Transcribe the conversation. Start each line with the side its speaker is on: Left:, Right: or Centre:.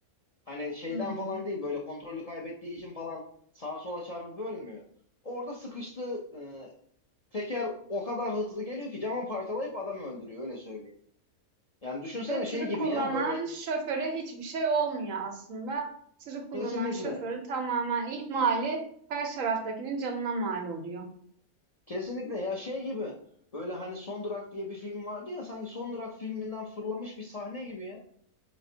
Left: Hani şeyden
Right: Hmm.
Left: falan değil böyle kontrolü kaybettiği için falan sağa sola çarpıp ölmüyor. Orada sıkıştı e, teker o kadar hızlı geliyor ki camı parçalayıp adamı öldürüyor öyle söyleyeyim. Yani düşünsene
Right: Ve tırı
Left: şey gibi
Right: kullanan
Left: ya böyle
Right: şoföre hiçbir şey olmuyor aslında. Tırı kullanan
Left: kesinlikle
Right: şoförün tamamen ihmali karşı taraftakinin canına mal oluyor.
Left: kesinlikle ya şey gibi böyle hani Son Durak diye bir film vardı ya sanki Son Durak filminden fırlamış bir sahne gibi ya.